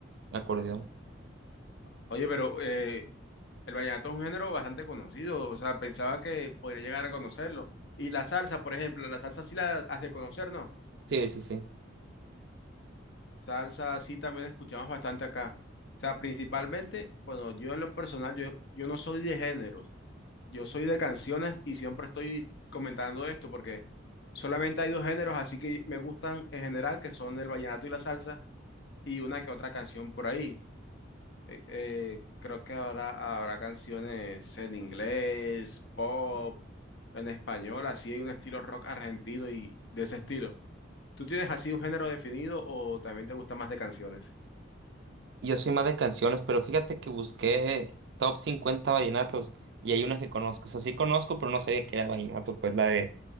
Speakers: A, on the right (about 60°); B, on the left (about 60°).
A: acordeón.
B: oye, pero eh, el vallenato es un género bastante conocido, o sea, pensaba que podría llegar a conocerlo. Y la salsa, por ejemplo, la salsa sí la has de conocer, ¿no?
A: Sí, sí, sí.
B: Salsa, sí, también escuchamos bastante acá. O sea, principalmente, bueno, yo en lo personal, yo, yo no soy de géneros, yo soy de canciones y siempre estoy comentando esto porque solamente hay dos géneros, así que me gustan en general, que son el vallenato y la salsa, y una que otra canción por ahí. Eh, eh, creo que habrá, habrá canciones en inglés, pop, en español, así hay un estilo rock argentino y de ese estilo. ¿Tú tienes así un género definido o también te gusta más de canciones?
A: Yo soy más de canciones, pero fíjate que busqué top 50 vallenatos y hay una que conozco. O sea, sí conozco, pero no sabía que era vallenato, pues la de